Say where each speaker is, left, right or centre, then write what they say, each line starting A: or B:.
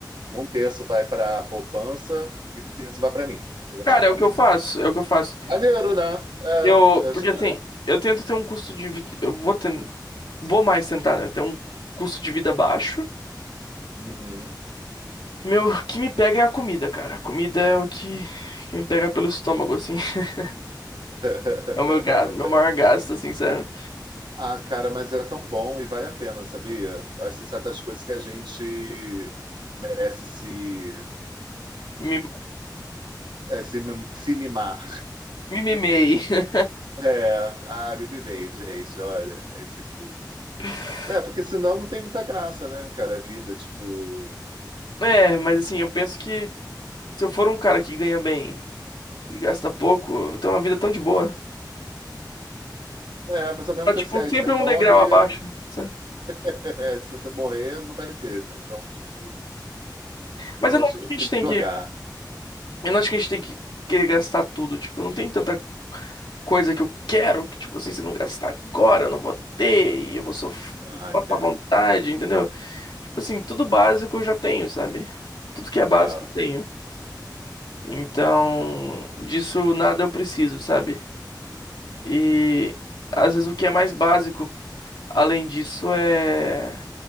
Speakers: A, on the right; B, on the left.
A: Um terço vai para a poupança e um terço vai para mim, pra gastar
B: Cara,
A: comigo.
B: é o que eu faço, é o que eu faço.
A: Maneiro, né? É,
B: Eu,
A: eu achei-
B: porque assim, eu tento ter um custo de vida, eu vou ten- vou mais tentar, né, ter um custo de vida baixo.
A: Uhum.
B: Meu, o que me pega é a comida, cara. A comida é o que, que me pega pelo estômago, assim. <laughs>
A: <laughs>
B: É o meu gasto, meu maior gasto, assim, sabe?
A: Ah, cara, mas é tão bom e vale a pena, sabia? Eu acho que tem certas coisas que a gente merece se,
B: Me,
A: é, se, mim- se mimar.
B: me mimei.
A: É, ah, Baby Base, é isso, olha, é isso aqui.
B: <laughs>
A: É, porque senão não tem muita graça, né, cara, a vida, tipo...
B: É, mas assim, eu penso que se eu for um cara que ganha bem e gasta pouco, eu vou ter uma vida tão de boa.
A: É, mas ao mesmo
B: Tá, tipo,
A: tempo, assim, aí
B: sempre
A: você morre,
B: um degrau abaixo, sabe?
A: <laughs> é, se você morrer, não vai ter, né? Então, tipo,
B: Mas
A: eu
B: eu não
A: acho-
B: acho que a
A: tem
B: gente tem
A: que jogar.
B: que Eu não acho que a gente tem que querer gastar tudo. Tipo, não tem tanta coisa que eu quero que, tipo assim, se eu não gastar agora, eu não vou ter e eu vou sofrer,
A: Ah,
B: vou passar
A: entendo.
B: vontade, entendeu? Tipo assim, tudo básico eu já tenho, sabe? Tudo que é básico
A: Ah,
B: eu tenho. Então, disso nada eu preciso, sabe? E às vezes o que é mais básico, além disso, é